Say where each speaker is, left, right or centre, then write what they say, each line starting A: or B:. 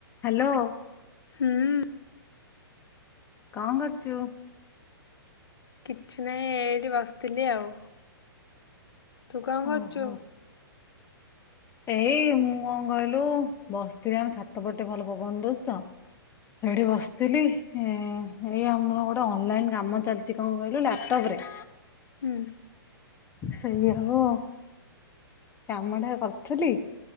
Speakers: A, on the left (about 20°); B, on the left (about 80°).
A: ହାଲୋ।
B: ହୁଁ।
A: ଙ୍କ କରଚୁ।
B: କିଛି ନାହିଁ ଏଠି ବସିଥିଲି ଆଉ। ତୁ କଣ କରଛୁ?
A: ଓହୋ। ଏଇ ମୁଁ କଣ କହିଲୁ ବସିଥିଲି ଆମ ଛାତ ପଟେ ଭଲ ପବନ ଦଉଚି ତ ସେଇଠି ବସିଥିଲି ଏ ଏଇ ଆମର ଗୋଟେ ଅନଲାଇନ କାମ ଚାଲିଛି କଣ କହିଲୁ ଲାପଟପ ରେ।
B: ହୁଁ
A: ସେଇଆଉ କାମଟା କରିଥିଲି